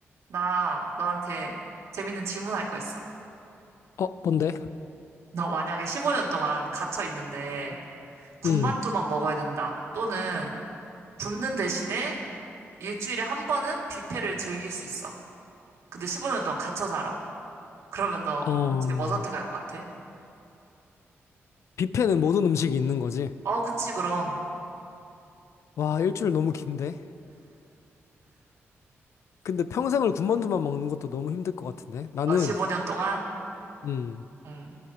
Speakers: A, on the right; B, on the left.
A: 나 너한테 재밌는 질문할 거 있어.
B: 어, 뭔데?
A: 너 만약에 15년 동안 갇혀 있는데 군만두만
B: 음,
A: 먹어야 된다. 또는 굶는 대신에 일주일에 한 번은 뷔페를 즐길 수 있어. 근데 15년 동안 갇혀 살아. 그러면 너
B: 어,
A: 둘 중에 뭐 선택할 것 같아?
B: 뷔페는 모든 음식이 있는 거지.
A: 어, 그치, 그럼.
B: 와, 일주일 너무 긴데? 근데 평생을 군만두만 먹는 것도 너무 힘들 것 같은데? 나는,
A: 어, 15년 동안?
B: 음,
A: 응,